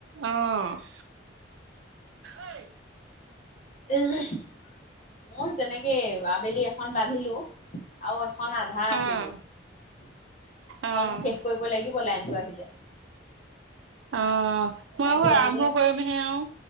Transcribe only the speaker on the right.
অহ, <inaudible> অই
অ
অ
অ
অ, মই
আৰু আৰম্ভ
কৰিমহে আৰু